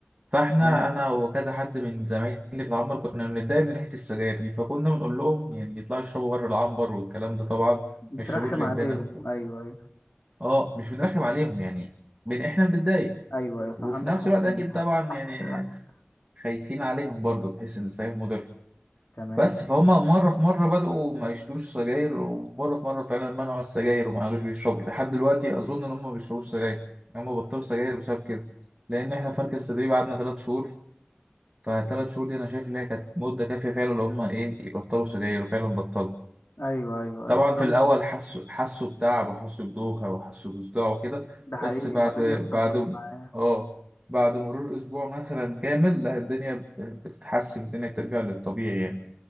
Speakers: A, on the right (about 30°); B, on the left (about 55°).
A: فاحنا
B: ما
A: انا وكذا حد من زمايلي في العنبر كنا بنتضايق من ريحه السجاير دي فكنا بنقول لهم يعني يطلعوا يشربوا بره العنبر والكلام ده طبعا ما
B: بترخم
A: يشربوش جنبنا
B: عليهم ايوه ايوه
A: اه مش بنرخم عليهم يعني بن احنا بنتضايق
B: ايوه ايوه صح
A: وفي
B: عندك
A: نفس
B: حق
A: الوقت
B: عندك
A: اكيد طبعا
B: حق حقك
A: يعني
B: حقك
A: خايفين عليهم برضو بحيث ان السجاير مضر
B: تمام
A: بس فهم مره في مره بدأوا ما يشتروش سجاير ومره في مره فعلا منعوا السجاير وما عادوش بيشربوا لحد دلوقتي اظن ان هم ما بيشربوش سجاير هم بطلوا سجاير بسبب كده لان احنا في مركز التدريب قعدنا ثلاث شهور فثلاث شهور دي انا شايف ان هي كانت مده كافيه فعلا ان هم ايه يبطلوا سجاير وفعلا بطلوا
B: ايوه ايوه
A: طبعا
B: ايوه طب
A: في الاول
B: إنت-
A: حسوا حسوا بتعب وحسوا بدوخه وحسوا بصداع وكده
B: ده حقيقي
A: بس بعد
B: الموضوع بيحصل
A: بعد
B: برضو معايا
A: اه بعد مرور اسبوع مثلا كامل لا الدنيا ب- بتتحسن الدنيا بترجع للطبيعي يعني